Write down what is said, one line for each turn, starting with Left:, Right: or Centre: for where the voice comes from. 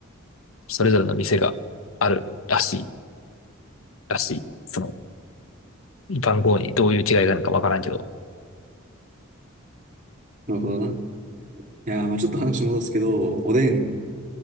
Left: それぞれの店があるらしい、らしい。その番号にどういう違いがあるのかわからんけど。い
Right: なるほどな。いやー、まあちょっと話戻すけど、おでん、